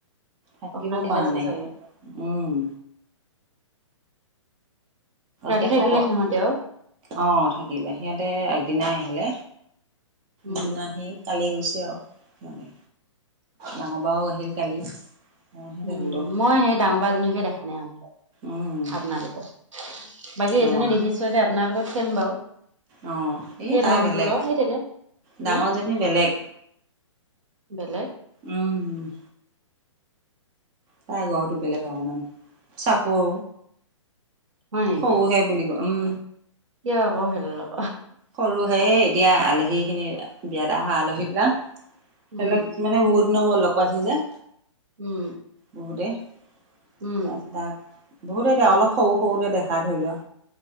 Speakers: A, on the right; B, on the right.
A: থাকিব
B: অশান্তিত
A: পৰা
B: আছে
A: নাই
B: চাগে
A: উম।
B: ৰাতি
A: তেকল
B: থাকিলে সিহঁতে আৰু
A: আহ থাকিলে সিহঁতে আগদিনাই আহিলে।
B: উম
A: তি নাহি কালি গৈছোঁ আৰু সিহঁতে ডাঙৰ বাও আহিল কালি। মইহে থাকিলোঁ
B: উম, মই সেই ডাঙৰ বজনীকে দেখা নাই আ পাক।
A: উম
B: আপোনালোকৰ বাকী
A: অঁ
B: এজনী দেখিছোৱাকে আপোনালোকত চম বাৰু।
A: অ' এই তাই
B: ধৰমটোলৰ
A: বেলেগ
B: সেই থাকে
A: ডাঙৰজনী
B: হে
A: বেলেগ।
B: বেলেগ!
A: উম। তাৰ গ়টো বেলেগ অকণমান চাপৰ
B: হয় নেকি
A: সৰুহে বুলি কয় উম
B: কিয় আকৌ খেলক
A: সৰু সে এতিয়া আলহী খিনি বিয়া এ অহা আলহী বিলাক ধেইৰি
B: উম
A: লওক মানে বহুত দিনৰ মই লগ পাইছো যে।
B: উম।
A: বহুতেই তাৰপিছত
B: উম
A: আৰু বহুতে এতিয়া অলপ সৰু সৰুতে দেখা ধৰি লোৱা